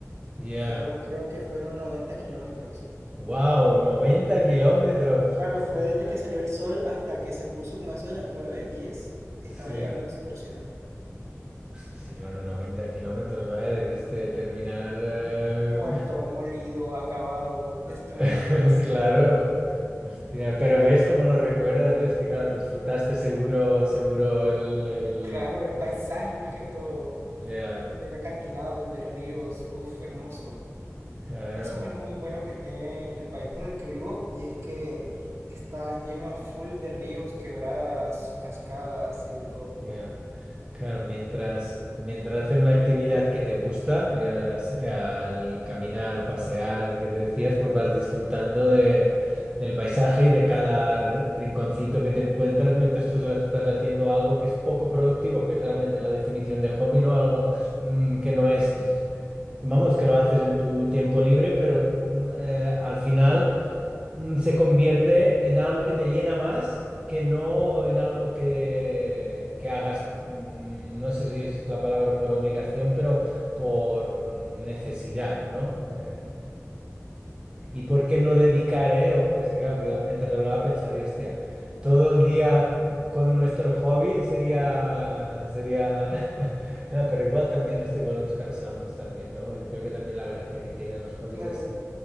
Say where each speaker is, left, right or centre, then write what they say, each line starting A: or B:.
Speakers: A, on the right; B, on the right.
A: Ya.
B: Fueron, creo que fueron 90 kilómetros.
A: Wow, 90 kilómetros.
B: Claro,
A: <laughs>
B: fue desde que salió el sol hasta que se puso como a eso de las 9, 10, y
A: Sí.
B: estaba llegando a la otra ciudad.
A: Si no, los 90 kilómetros, vaya, debiste terminar. eh,
B: Muerto, molido, acabado, destruido,
A: <laughs>
B: sí.
A: Claro, hostia, pero ves cómo lo recuerdas, ¿eh? es que claro, disfrutaste seguro, seguro el, el,
B: Claro, el paisaje
A: el-
B: más que todo, uf,
A: ya,
B: ver acantilados, ver ríos, uf, hermoso.
A: claro,
B: Eso es algo muy bueno que tiene el país en el que vivo y es que está lleno a full de ríos, quebradas, cascadas y de todo.
A: ya. Claro, mientras, mientras hacer una actividad que te gusta, ya sea al caminar o pasear, que decías, pues vas disfrutando de, del paisaje y de cada r- rinconcito que te encuentras mientras tú estás haciendo algo que es poco productivo, que realmente es realmente la definición de hobby, ¿no? Algo mm, que no es, vamos, que lo haces en tu tiempo libre, pero mm, eh, al final mm, se convierte en algo que te llena más que no en algo que, que hagas, mm, no sé si es la palabra por obligación, pero por mm, necesidad, ¿no? Eh, ¿y por qué no dedicar, eh? Ojo, es que claro, cuidado, mientras lo hablaba pensaba, Dios, hostia, todo el día con nuestro hobby sería, sería, <laughs> no, pero igual también esto igual nos cansamos también, ¿no? Y Creo que también la gracia que tienen los hobbies
B: Claro,
A: es...